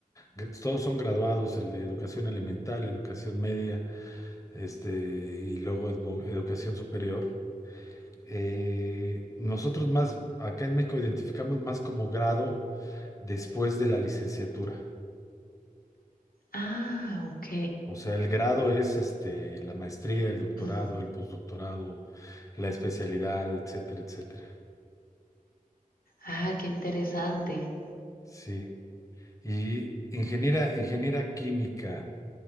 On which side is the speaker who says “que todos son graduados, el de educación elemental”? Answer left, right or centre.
Left